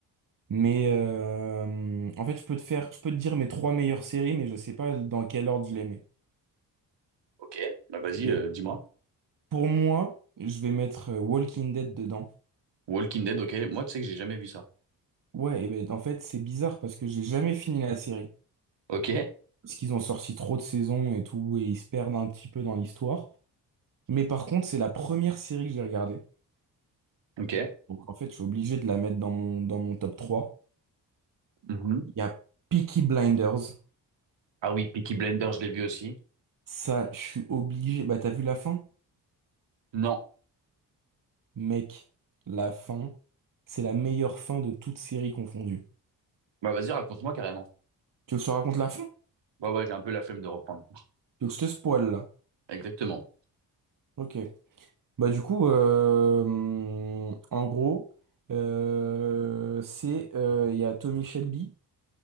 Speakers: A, on the right (about 40°); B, on the right (about 65°).
A: Mais euh, en fait, je peux te faire, je peux te dire mes trois meilleures séries, mais je sais pas dans quel ordre je les mets.
B: Ok, bah vas-y,
A: ok
B: euh, dis-moi.
A: Pour moi, je vais mettre euh, Walking Dead dedans.
B: Walking Dead, ok. Moi, tu sais que j'ai jamais vu ça.
A: Ouais, et ben en fait, c'est bizarre parce que j'ai jamais fini la série.
B: Ok,
A: Parce qu'ils ont sorti trop de saisons et tout, et ils se perdent un petit peu dans l'histoire. Mais par contre, c'est la première série que j'ai regardée.
B: ok.
A: Donc en fait, je suis obligé de la mettre dans mon, dans mon top 3.
B: Mhm.
A: Il y a Peaky Blinders.
B: Ah oui, Peaky Blender, je l'ai vu aussi.
A: Ça, je suis obligé. Bah, t'as vu la fin?
B: Non.
A: Mec, la fin, c'est la meilleure fin de toute série confondue.
B: Bah vas-y, raconte-moi carrément.
A: Tu veux que je te raconte la fin?
B: Ouais, ouais, j'ai un peu la flemme de reprendre.
A: Tu veux que je te spoil là?
B: Exactement.
A: Ok. Bah du coup, euh, hum, en gros, euh, c'est euh, il y a Tommy Shelby,